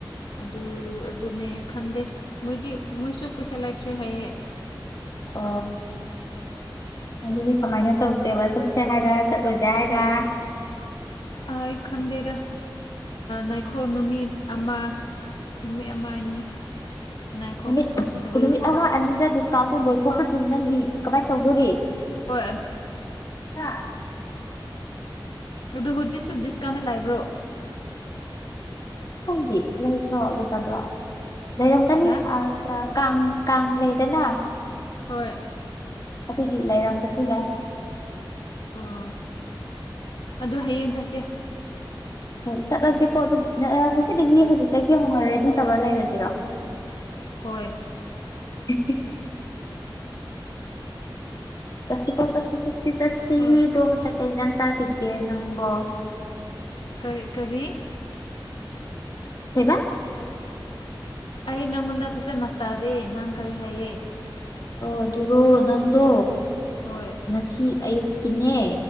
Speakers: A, on the left (about 80°); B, on the left (about 45°).
A: ꯑꯗꯨ ꯑꯗꯨꯅꯦ ꯈꯟꯗꯦ ꯃꯣꯏꯗꯤ ꯃꯣꯏꯁꯨ ꯄꯩꯁꯥ ꯂꯩꯇ꯭ꯔꯦ ꯍꯥꯏꯌꯦꯦ
B: ꯑ ꯑꯗꯨꯗꯤ ꯀꯃꯥꯏꯅ ꯇꯧꯁꯦꯕ ꯆꯠꯁꯦ ꯍꯥꯏꯔ ꯆꯠꯂꯣꯏꯁꯦ ꯍꯥꯏꯔ
A: ꯑ ꯈꯟꯗꯦꯗ ꯅꯥꯏꯈꯣꯜ ꯅꯨꯃꯤꯠ ꯑꯃ ꯅꯨꯃꯤꯠ ꯑꯃ ꯑꯅꯤ ꯉꯥꯏꯈꯣ
B: ꯅꯨ
A: ꯑꯗꯨ
B: ꯅꯨꯃꯤꯠ ꯑꯃ ꯑꯅꯤꯗ ꯗꯤꯁꯀꯥꯎꯟ ꯇꯣꯏꯗꯤ ꯅꯪ ꯀꯃꯥꯏꯅ ꯇꯧꯗꯣꯔꯤ
A: ꯍꯣꯏ
B: ꯍꯥ
A: ꯑꯗꯨ ꯍꯧꯖꯤꯛꯁꯨ ꯗꯤꯁꯀꯥꯟꯅ ꯂꯥꯏꯕ꯭ꯔꯣ
B: ꯈꯪꯗꯤ ꯂꯩꯇ꯭ꯔꯣ ꯂꯩꯇꯕ꯭ꯔꯣ ꯂꯩꯔꯝꯒꯅꯤ
A: ꯍꯥ
B: ꯑ ꯀ ꯀꯃ ꯂꯩꯗꯅ
A: ꯍꯣꯏ
B: ꯑꯗꯨꯒꯤ ꯂꯩꯔꯝꯕꯁꯨ ꯌꯥꯏ
A: ꯑꯣ ꯑꯗꯨ ꯍꯌꯦꯡ ꯆꯠꯁꯦ
B: ꯍꯣꯏ ꯆꯠꯂꯁꯤꯀꯣ ꯑꯗꯨꯗꯤ ꯉꯁꯤꯗꯒꯤ ꯍꯧꯖꯤꯛꯇꯒꯤ ꯍꯧꯅꯔꯦꯗ ꯇꯧꯔ ꯂꯩꯔꯁꯤꯔꯣ
A: ꯍꯣꯏ
B: ꯍ ꯆꯁꯤ ꯀꯣ ꯆꯁꯤ ꯁꯁꯤ ꯆꯁꯤ
A: ꯍꯣꯏ
B: ꯗꯣꯉꯁꯥꯏ ꯇ ꯏ ꯅꯪ ꯆꯁꯤꯦ ꯅꯪꯝꯕꯣ
A: ꯀꯔꯤ ꯀꯔꯤ
B: ꯀꯕꯥ
A: ꯑꯩ ꯅꯪꯉꯣꯟꯗ ꯐꯖꯅ ꯇꯥꯗꯦ ꯅꯪ ꯀꯔꯤ ꯍꯥꯏꯌꯦ
B: ꯑꯣ ꯑꯗꯨꯔꯣ ꯅꯪꯗꯣ
A: ꯍꯣꯏ
B: ꯉꯁꯤ ꯑꯌꯨꯛꯀꯤꯅꯦ